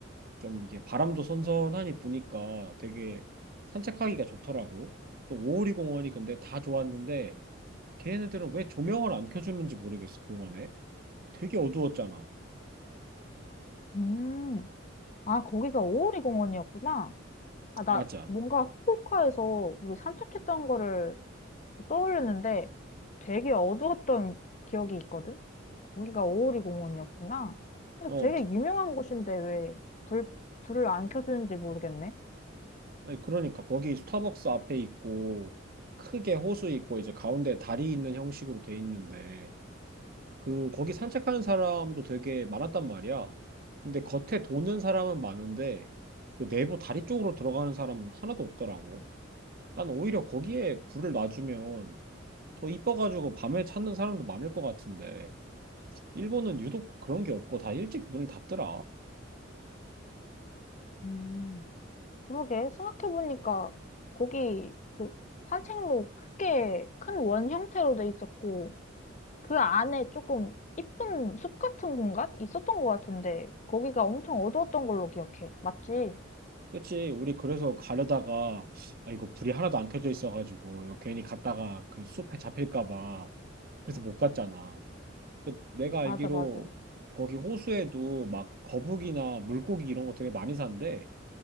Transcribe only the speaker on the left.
음. 아, 거기가 오오리 공원이었구나. 아, 나
뭔가 후쿠오카에서 우리 산책했던 거를 떠올렸는데 되게 어두웠던 기억이 있거든? 거기가 오오리 공원이었구나. 근데
되게
유명한 곳인데 왜 불, 불을 안 켜주는지 모르겠네.
음. 그러게, 생각해보니까 거기 그 산책로 크게 큰 원 형태로 돼 있었고 그 안에 조금 이쁜 숲 같은 공간 있었던 것 같은데 거기가 엄청 어두웠던 걸로 기억해. 맞지?
맞아, 맞아.